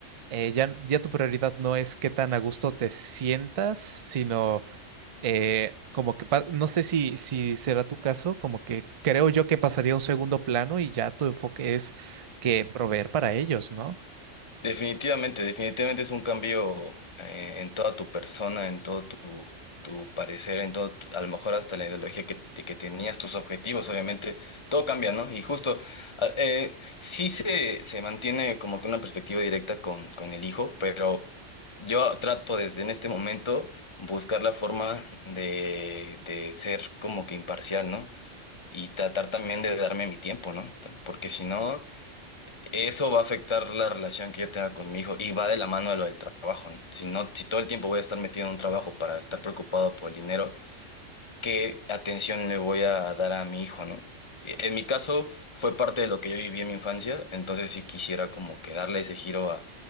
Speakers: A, on the right (about 45°); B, on the left (about 30°).
A: eh, ya, ya tu prioridad no es qué tan a gusto te sientas, sino eh, como que, pa- no sé si, si será tu caso, como que creo yo que pasaría a un segundo plano y ya tu enfoque es que proveer para ellos, ¿no?
B: Definitivamente, definitivamente es un cambio eh, en toda tu persona, en todo tu, tu parecer, en todo, tu- a lo mejor hasta la ideología que, te- que tenías, tus objetivos, obviamente, todo cambia, ¿no? Y justo, a- eh, sí se, se mantiene como que una perspectiva directa con, con el hijo, pero yo trato desde en este momento buscar la forma de, de ser como que imparcial, ¿no? Y tratar también de darme mi tiempo, ¿no? Porque si no... Eso va a afectar la relación que yo tenga con mi hijo y va de la mano de lo del trabajo, ¿no? Si no, si todo el tiempo voy a estar metido en un trabajo para estar preocupado por el dinero, ¿qué atención le voy a dar a mi hijo, ¿no? Y En mi caso fue parte de lo que yo viví en mi infancia, entonces sí quisiera como que darle ese giro a,